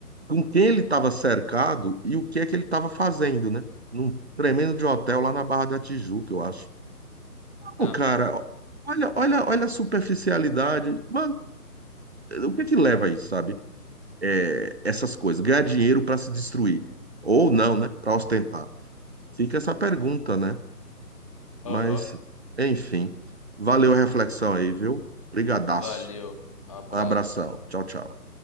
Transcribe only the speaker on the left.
Aham.
Aham.
Valeu. Abraço.